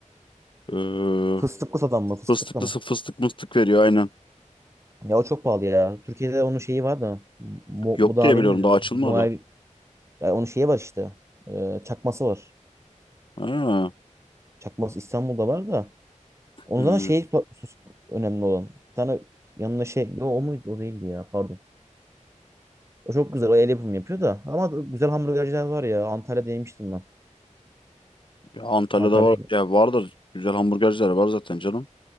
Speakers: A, on the left; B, on the right.
A: Ee,
B: Fıstıklı satan mı? Fıstıklı
A: fıstıklısı
B: mı?
A: fıstık mıstık veriyor aynen.
B: Ya o çok pahalı ya. Türkiye'de onun şeyi var da mu,
A: Yok
B: mudavim
A: diye biliyorum
B: mi denir?
A: daha açılmadı.
B: Muavi, Ya onun şeyi var işte. e, çakması var.
A: Ha.
B: Çakması İstanbul'da var da. Onun
A: Hmm.
B: zaten şey pa- önemli olan. Bir tane yanına şey. Yo, o muydu? O değildi ya. Pardon. O çok güzel. O el yapımı yapıyor da. Ama güzel hamburgerciler var ya. Antalya'da yemiştim ben.
A: Ya Antalya'da
B: Antalya'ya
A: var. Ya vardır. Güzel hamburgerciler var zaten canım.